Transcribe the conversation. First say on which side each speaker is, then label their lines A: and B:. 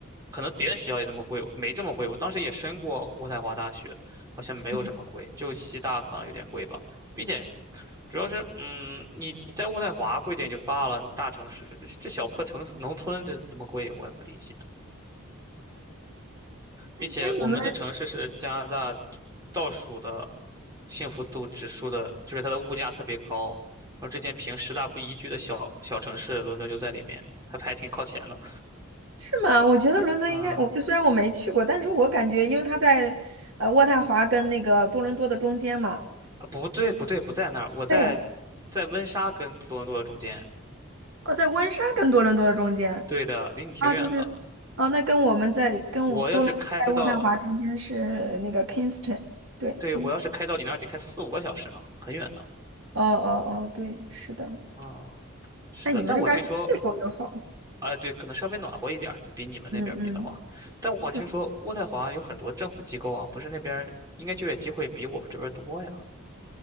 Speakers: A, on the right; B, on the right.
A: 可能别的学校也那么贵，没这么贵。我当时也申过渥太华大学，好像没有这么贵，
B: 嗯
A: 就西大可能有点贵吧。并且主要是嗯，你你在渥太华贵点就罢了，你大城市这这小破城市农村这那么贵，我也不理解。并且我们这城市是加拿大
B: 那你们
A: 倒数的幸福度指数的，就是它的物价特别高。然后之前评十大不宜居的小小城市，伦敦就在里面，还排挺靠前的。
B: 是吗？我觉得伦敦应该，
A: <laughs> 嗯。
B: 我虽然我没去过，但是我感觉，因为它在呃渥太华跟那个多伦多的中间嘛，
A: 啊，不对，不对，不在那儿，我在
B: 对，
A: 在温莎跟多伦多中间。
B: 哦，在温莎跟多伦多的中间。
A: 对的，离你挺远的。
B: 啊，对对，哦，那跟我们在跟我多伦多在渥太华中间是那个
A: 我要是开到，
B: Kingston，对金
A: 对，我要是开到你那儿得开四五个小时呢，
B: i
A: 很远的。
B: 哦哦哦，对，是的。
A: 啊、是的，
B: 那你们那边儿气候又好，
A: 但我听说，哎、对，可能稍微暖和一点儿，就比你们那边儿比的话。
B: 嗯嗯。
A: 但我听说渥太华有很多政府机构啊，
B: 是。
A: 不是那边儿应该就业机会比我们这边儿多呀。